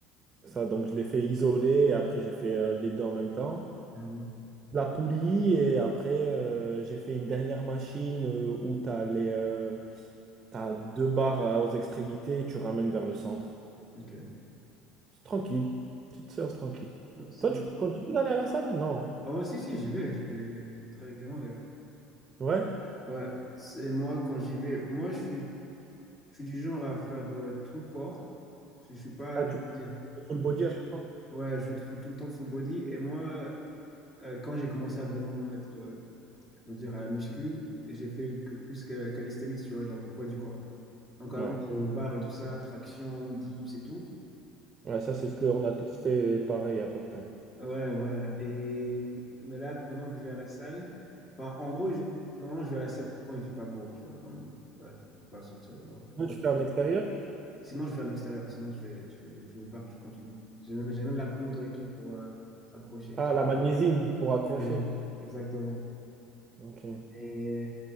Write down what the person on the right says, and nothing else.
C'est ça. Donc, je l'ai fait isoler et après, j'ai fait euh, les deux en même temps.
la poulie et après euh, j'ai fait une dernière machine euh, où tu as les euh, t'as deux barres euh, aux extrémités et tu ramènes vers le centre.
C'est tranquille, petite séance
tranquille.
Toi,
tu continues d'aller à la salle? Non.
Ouais.
Ah, tu
fais full body à chaque fois?
Ouais.
Ouais, ça c'est ce qu'on a tous fait pareil à peu près.
Toi,
tu fais
en extérieur?
Ah,
la magnésienne pour accrocher.
Ok.